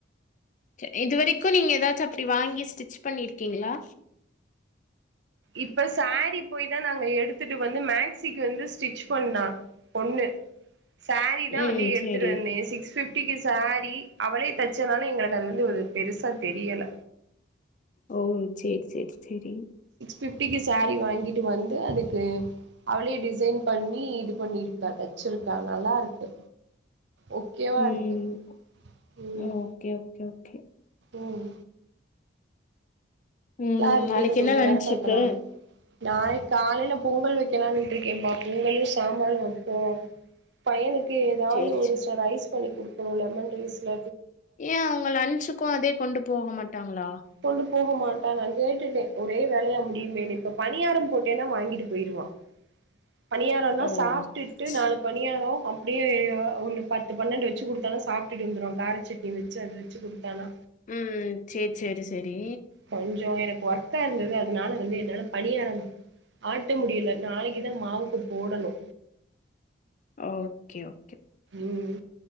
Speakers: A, on the left (about 40°); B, on the right (about 65°).
A: து இதுவரிக்கு நீங்க எதாச்சு அப்டி வாங்கி. ஸ்டிச் பண்ணிருக்கீங்களா.
B: இப்ப ஸ்சேரி. போய் தா நாங்க எடுத்துட்டு வந்து மேக்சிக்கு வந்து ஸ்டிச். பண்ணா பொண்ணு. சாரீதா
A: ம்
B: வந்து எடுத்துட்டு
A: சேரி
B: வந்த சிக்ஸ் பிப். குட்டிக்கு சேரீ அவளே தெச்சனால எங்களுக்கு அது வந்து ஒரு பெருசா தெரியல.
A: ஓ சேரி சேரி சேரி.
B: பிப்டிக்கு சாரீ வாங்கிட்டு வந்து அதுக்கு அவ்ளே டிசைன் பண்ணி இது பண்ணிருக்கா தச்சிருக்கா நல்லாருக்கு. ஓகேவாருக்கு
A: ம்
B: உம்.
A: ஓகே ஓகே ஓகே
B: உம்.
A: உம்
B: இருக்கு
A: நாளைக்கு
B: இன்னு கொஞ்ச
A: என்ன லன்ச்சுக்கு.
B: நேரத்துல வைக்கலா நாளைக்கு காலையில பொங்கல் வைக்கலாம்னுட்டு இருக்கேன்ம்பா பொங்கலு சாம்பார் மட்டும் பையனுக். கு ஏதாவது
A: சேரி
B: ஒரு
A: சேரி
B: சோ ரைஸ். பண்ணி குடுத்துடலானு லெமன்ரைஸ்ல.
A: ஏ அவங்க லன்சுக்கு அதே கொண்டு போக மாட். டாங்களா.
B: கொண்டு போக மாட்டாங்க நா கேட்டுட்ட ஒரே வேலையா முடியுமேனு இப்ப பணியாரம் போட்டேன்னா வாங்கிட்டு போயிடுவா. பணியாரம்னா
A: ஓ
B: சாப்டுட்டு
A: ஸ்-
B: நாலு பணியாரோ. அப்படியே ஒன்னு பத்து பன்னெண்டு வச்சு குடுத்தாலு சாப்பிட்டுட்டு வந்துடு காரச்சட்னி வச்சு அத வச்சு குடுத்தானா.
A: உம்ம் சேரி சேரி சேரி.
B: கொஞ்சோ எனக்கு ஒர்க்கா இருந்தது அதனால வந்து என்னால பணியாரம் ஆட்ட முடியல நாளைக்குதா மாவுக்கு போடணு.
A: ஓகே ஓ.
B: உம்